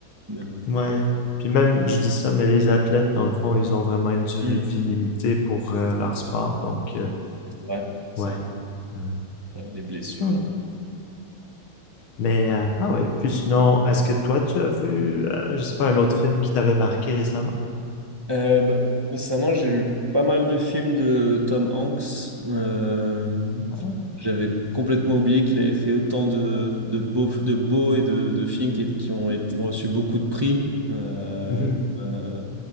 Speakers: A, on the right (about 15°); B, on the left (about 85°).
A: Même.
B: Ouais. Puis même, je dis ça, mais les athlètes, dans le fond, ils ont vraiment une durée
A: Hmm,
B: de vie limitée pour euh, leur sport. Donc, euh,
A: c'est vrai, c'est
B: ouais. Ouais.
A: vrai, les blessures.
B: Ah. Mais, euh, ah ouais. Puis sinon, est-ce que toi, tu as vu, euh, je sais pas, un autre film qui t'avait marqué récemment?
A: Euh, bah, récemment, j'ai vu pas mal de films de Tom Hanks. Euh,
B: Ah.
A: j'avais complètement oublié qu'il avait fait autant de, de beaux, de beaux et de, de films qui, qui ont été, ont reçu beaucoup de prix. Euh,
B: Mhm.
A: euh,